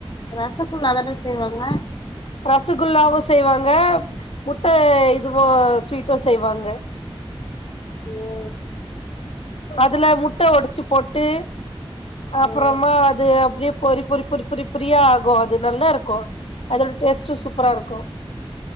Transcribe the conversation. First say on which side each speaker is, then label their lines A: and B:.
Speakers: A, on the left; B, on the left.
A: ரசக்குள்ளா தான செய்வாங்க
B: ரசகுல்லாவு செய்வாங்க முட்ட இதுவோ ஸ்வீட்டு செய்வாங்க
A: ஓ
B: அதுல முட்ட ஒடச்சு போட்டு அப்பறமா
A: ஆ
B: அது அப்டியே பொரி பொரி பொரி பொரி பொரியா ஆகு அது நல்லா இருக்கு அதோட டேஸ்ட்டு சூப்பரா இருக்கு